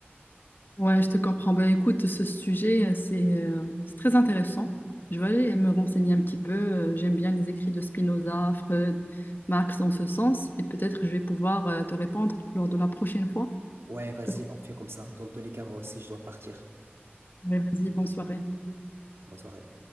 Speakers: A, on the left; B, on the right.
A: Ouais, je te comprends. Ben, écoute, ce sujet, euh, c'est euh, c'est très intéressant. Je vais aller me renseigner un petit peu. Euh, J'aime bien les écrits de Spinoza, Freud, Marx en ce sens, et peut-être je vais pouvoir euh, te répondre lors de la prochaine fois.
B: Ouais, vas-y,
A: Parce que-
B: on fait comme ça. Dans tous les cas, moi aussi, je dois partir.
A: Ouais, Vas-y, bonne soirée.
B: Bonne soirée.